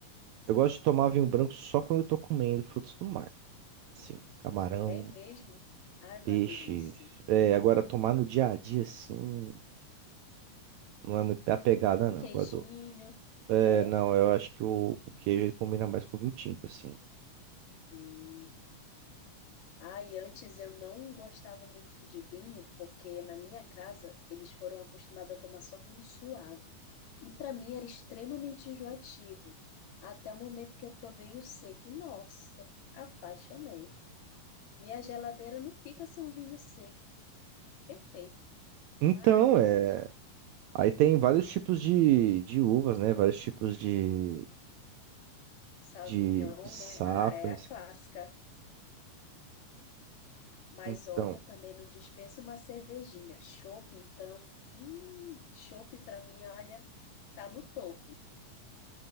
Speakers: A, on the right; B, on the left.
A: Eu gosto de tomar vinho branco só quando eu tô comendo frutos do mar. Assim, camarão,
B: É mesmo? Ai,
A: peixe.
B: uma delícia.
A: É, agora tomar no dia a dia, assim, não é muito minha pegada,
B: Com
A: não.
B: queijinho,
A: Agora É,
B: é?
A: não, eu acho que o, o queijo ele combina mais com o vinho tinto, assim.
B: Hum. Ah, e antes eu não gostava muito de vinho, porque na minha casa eles foram acostumados a tomar só vinho suave. E para mim era extremamente enjoativo, até o momento que eu provei o seco. E nossa, apaixonei. Minha geladeira não fica sem um vinho seco. Perfeito,
A: Então,
B: maravilhoso.
A: é. Aí tem vários tipos de, de uvas, né? Vários tipos de,
B: Sauvignon,
A: de, de safras.
B: né? Ah, é a clássica. Mas
A: Então,
B: olha, eu também não dispenso uma cervejinha. Chopp, então. Hum, chopp para mim, olha, tá no topo.